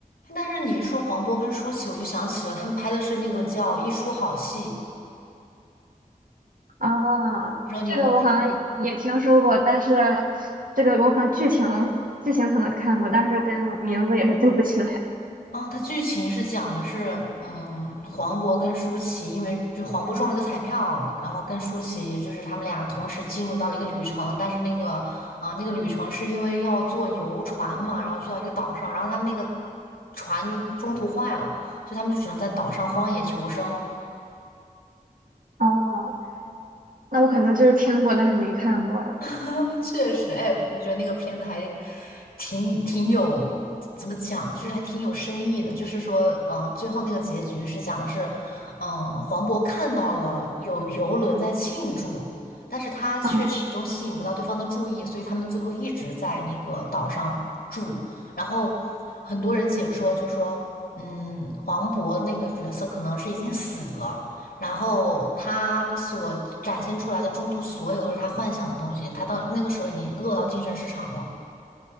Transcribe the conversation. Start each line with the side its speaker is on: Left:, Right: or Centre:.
Left: 但是你说黄渤跟舒淇，我就想起了他们拍的是那个叫《一出好戏》，
Right: 啊。
Left: 不知道你有没有看？
Right: 这个我好像也听说过，但是这个我可能剧情剧情可能看过，但是跟名字也是对不起来。
Left: 嗯，它剧情是讲的是，嗯，黄渤跟舒淇，因为就黄渤中了一个彩票，然后跟舒淇，也就是他们俩同时进入到了一个旅程，但是那个，嗯、那个旅程是因为要坐游船嘛，然后去到一个岛上，然后他们那个船中途坏了，所以他们就只能在岛上荒野求生。
Right: 哦，那我可能就是听过，但是没看过。
Left: <laughs> 确实，哎，我就觉得那个片子还挺挺有，怎么讲，就是还挺有深意的。就是说，嗯、最后那个结局是讲的是，嗯、黄渤看到了有游轮在庆祝，但是他却始终吸引不到对方的注意，
Right: 嗯。
Left: 所以他们最后一直在那个岛上住。然后很多人解说就说，嗯，黄渤那个角色可能是已经死了。然后他所展现出来的中途所有都是他幻想的东西，他到那个时候已经饿到精神失常了。